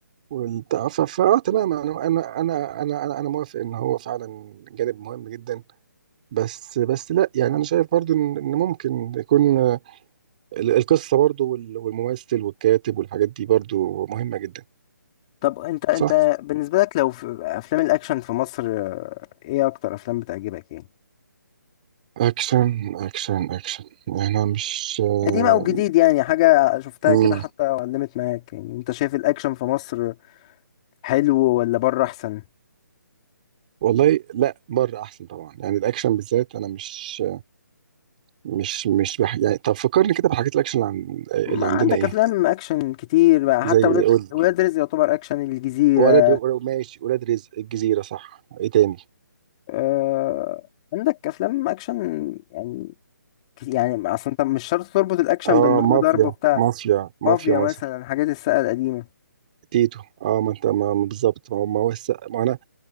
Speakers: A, on the right (about 25°); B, on the left (about 20°).
A: والبتاع ف- فاه تمام انا انا انا انا انا أنا موافق ان هو فعلا جانب مهم جدا بس بس لا يعني انا شايف برضو ان إن ممكن يكون آه، ال- القصه برضو وال- والممثل والكاتب والحاجات دي برضو مهمه جدا
B: طب انت انت
A: صح
B: بالنسبه لك لو في افلام الاكشن في مصر آه، ايه اكتر افلام بتعجبك يعني
A: اكشن اكشن اكشن يعني انا مش آه،
B: قديمه او جديد يعني حاجه شفتها
A: مم.
B: كده حتى علمت معاك يعني انت شايف الاكشن في مصر حلو ولا بره احسن
A: والله لا بره احسن طبعا يعني الاكشن بالذات انا مش مش مش بح... يعني طب فكرني كده بحاجات الاكشن اللي, عن... اللي
B: ما عندك
A: عندنا ايه
B: افلام اكشن كتير بقى
A: زي
B: حتى
A: إيه؟
B: ولاد
A: قول
B: ولاد رزق يعتبر اكشن الجزيره
A: ولاد ر- ماشي ولاد رزق الجزيرة صح ايه تاني
B: آه، عندك افلام اكشن يعني يعني اصل انت مش شرط تربط الاكشن
A: اه
B: بان هو
A: مافيا
B: ضرب بتاع
A: مافيا مافيا
B: مافيا
A: مثلا
B: مثلا حاجات الساقه القديمه
A: تيتو اه ما انت ما ما بالظبط ما هو ما هو الس- ما انا